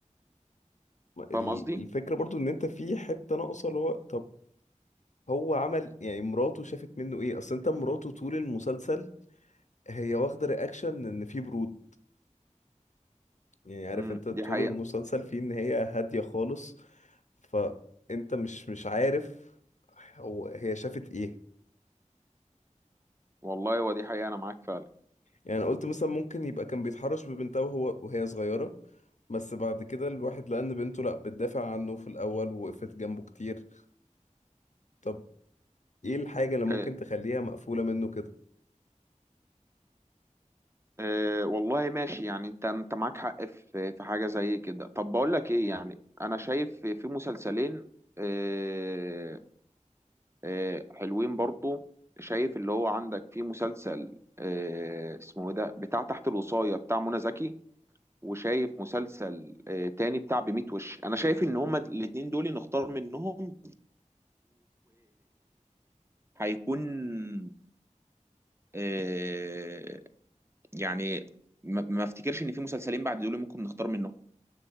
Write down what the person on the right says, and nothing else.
فاهم قصدي؟
امم
دي حقيقة
والله ودي حقيقة أنا معاك فعلا
إيه
إيه والله ماشي يعني أنت أنت معاك حق في في حاجة زي كده طب بقول لك إيه يعني أنا شايف في في مسلسلين إيه إيه حلوين برضو شايف اللي هو عندك في مسلسل إيه اسمه إيه ده بتاع تحت الوصاية بتاع منى زكي وشايف مسلسل إيه تاني بتاع بميت وش أنا شايف إن هما الاتنين دول نختار منهم وهيكون آه، يعني ما ما افتكرش ان في مسلسلين بعد دول ممكن نختار منهم